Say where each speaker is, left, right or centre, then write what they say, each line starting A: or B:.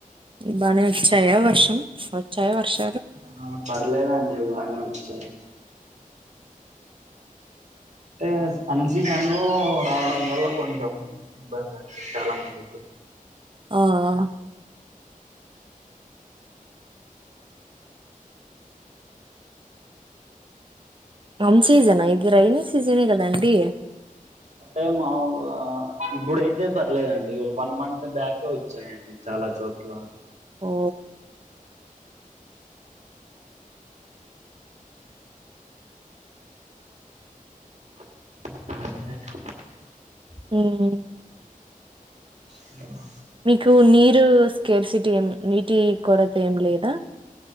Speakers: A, on the right; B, on the right.
A: బానే ఒచ్చయ వర్షం ఒచ్చయ వర్షం
B: ఆ పర్లేదండి బానే వచ్చయి అంటే అన్ సీజన్ లో రావడం వల్ల కొంచెం ఇబ్బంది అండి చాలా మందికి
A: ఆ ఆ అమ్ సీజన్ ఆ ఇది రైనీ సీజనే కదండి
B: అంటే మాములుగా ఇప్పుడయితే పర్లేదండి వన్ మంత్ బ్యాకే వచ్చాయండి చాలా చాలా చోట్లా
A: ఓ
B: ఆంజనేయస్వామి
A: మ్మ్
B: ఎనెమ్
A: మీకు నీరు స్కేర్సిటీ ఏం నీటి కొరత ఏం లేదా